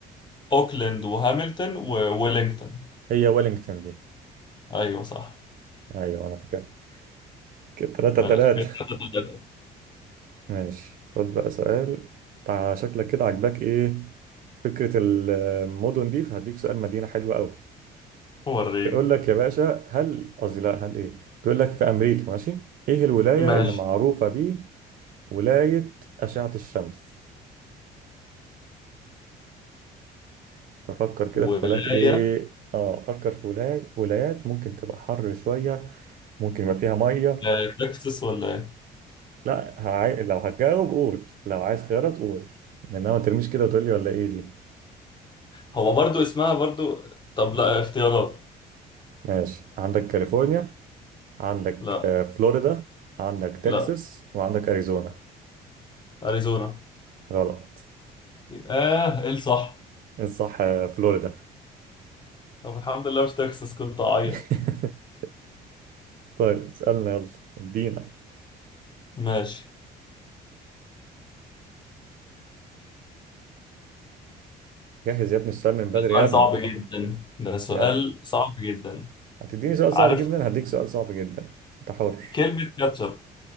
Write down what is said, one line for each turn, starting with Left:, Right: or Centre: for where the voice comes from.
Left: اوكلاند وهاملتون وويلينغتون
Right: هي ويلينجتون دي
Left: ايوه صح
Right: ايوه انا فاكرها كده 3
Left: ماشي
Right: 3
Left: كده تلاتة تلاتة.
Right: ماشي خد بقى سؤال تع- شكلك كده عاجباك ايه فكرة المدن دي فهديك سؤال مدينة حلوة قوي
Left: وريني
Right: بيقول لك يا باشا هل قصدي لا هل ايه بيقول لك في أمريكا ماشي ايه الولاية
Left: ماشي
Right: اللي معروفة بيه ولاية أشعة الشمس ففكر كده
Left: ولاية
Right: في بلاد ايه اه فكر في ولايات ولايات ممكن تبقى حر شوية ممكن يبقى فيها مية
Left: آه، تكساس ولا ايه
Right: لا هعي... لو هتجاوب قول لو عايز خيارات قول من ما ترميش كده وتقول لي ولا ايه دي
Left: هو برضو اسمها برضو طب لا اختيارات
Right: ماشي عندك كاليفورنيا عندك
Left: لا
Right: آه، فلوريدا عندك
Left: لا
Right: تكساس وعندك أريزونا
Left: اريزونا
Right: غلط
Left: اه ايه الصح
Right: الصح آه، فلوريدا
Left: طب الحمد لله مش تكساس كنت اعيط
Right: <laughs> طيب اسألنا يلا ادينا
Left: ماشي
Right: جهز يا ابني السؤال من بدري
Left: ده سؤال
Right: يا ابني
Left: صعب جدا ده سؤال
Right: يلا
Left: صعب جدا
Right: هتديني سؤال
Left: عارف
Right: صعب جدا هديك سؤال صعب جدا انت حر
Left: كلمة كاتشب